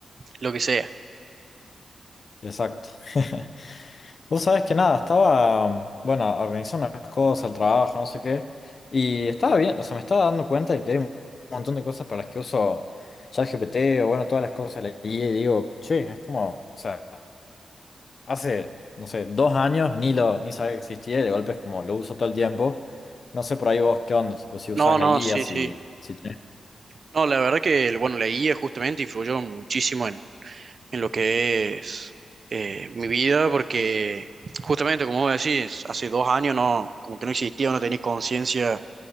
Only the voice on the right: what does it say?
lo que sea.
No,
no,
sí,
sí.
No, la verdad que, bueno, la guía justamente influyó muchísimo en lo que es eh, mi vida, porque justamente, como vos decís, hace dos años no, como que no existía, no tenía conciencia